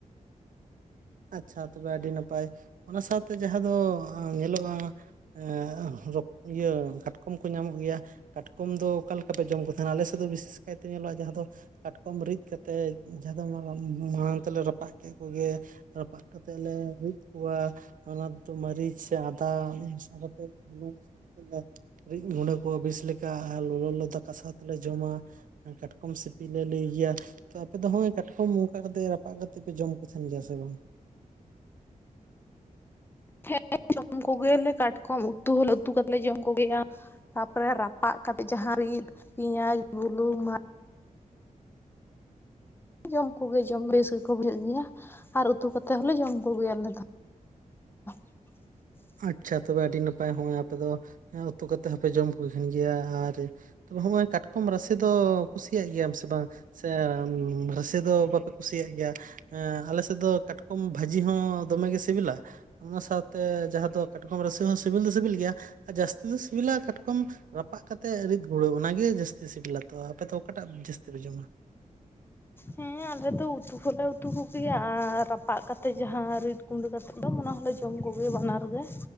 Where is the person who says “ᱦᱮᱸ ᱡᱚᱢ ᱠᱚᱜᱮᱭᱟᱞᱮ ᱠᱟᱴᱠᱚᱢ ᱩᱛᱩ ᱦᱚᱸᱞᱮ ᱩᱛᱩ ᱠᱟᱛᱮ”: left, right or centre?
Left